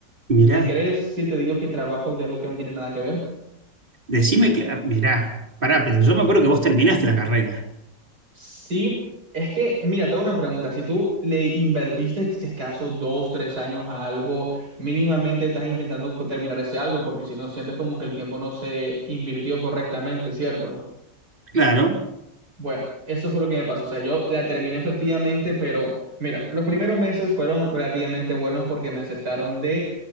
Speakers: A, on the right; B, on the right.
A: mirá.
B: ¿me crees si te digo que trabajo de algo que no tiene nada que ver?
A: Decime que, ah, mirá, pará, pero yo me acuerdo que vos terminaste la carrera.
B: Sí, es que, mira, te hago una pregunta, si tú le invertiste, si es caso, dos, tres años a algo, mínimamente estás intentando co- terminar ese algo, porque si no, sientes como que el tiempo no se invirtió correctamente, ¿cierto?
A: Claro.
B: Bueno, eso fue lo que me pasó. O sea, yo la terminé efectivamente, pero mira, los primeros meses fueron relativamente buenos porque me aceptaron de